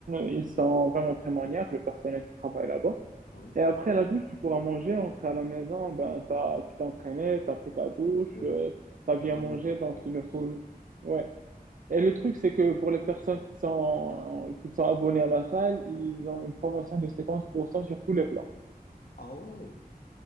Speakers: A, on the right; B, on the left.
A: ils sont vraiment très maniaques, le personnel qui travaille là-bas.
B: Oui,
A: Et après la douche, tu pourras manger, entrer à la maison. Ben, t'as, tu t'es entraîné, t'as pris ta douche,
B: c'est vrai.
A: euh, t'as
B: Tu
A: bien
B: as gagné
A: mangé,
B: du
A: donc
B: temps en
A: il
B: plus.
A: ne faut... Ouais.
B: Ouais.
A: Et le truc, c'est que pour les personnes qui sont, qui sont abonnées à la salle, ils ont une promotion de 50% sur tous les plans.
B: Ah ouais.